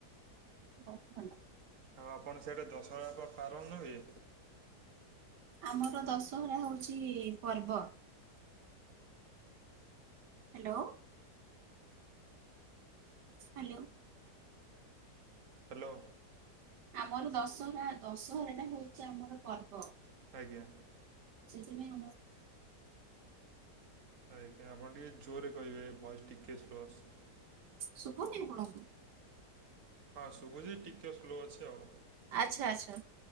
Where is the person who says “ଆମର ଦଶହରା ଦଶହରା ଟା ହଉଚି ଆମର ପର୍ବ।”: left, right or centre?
Right